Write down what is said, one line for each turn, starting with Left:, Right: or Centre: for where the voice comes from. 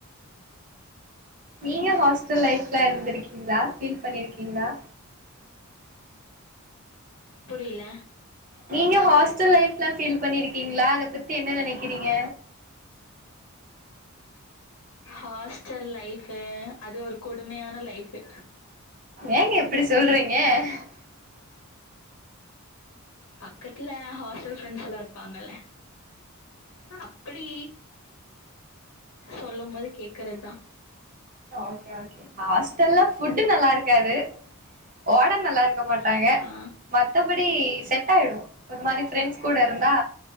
Right: நீங்க ஹாஸ்டல் லைஃப்ல இருந்திருக்கீங்களா ஃபீல் பண்ணிருக்கீங்களா
Left: புரியல
Right: நீங்க ஹாஸ்டல் லைஃப்ல்லா ஃபீல் பண்ணிருக்கீங்களா அத பத்தி என்ன நெனைக்கிறீங்க
Left: ஹாஸ்ட்டல் லைஃப்பு அது ஒரு கொடுமையான லைஃப்பு
Right: ஏங்க இப்டி <inaudible>
Left: பக்கத்துல ஹாஸ்ட்டல் ஃப்ரெண்ட்ஸ் எல்லா இருப்பாங்கள ஆஹா அப்படி சொல்லும் போது கேக்கறதா
Right: ஆ ஓகே ஓகே ஹாஸ்டல்ல ஃபுட்டு நல்லா இருக்காது வாடண் நல்லா இருக்கமாட்டாங்க
Left: ஆ
Right: மத்தபடி செட் ஆயிடு ஒரு மாரி ஃப்ரெண்ட்ஸ் கூட இருந்தா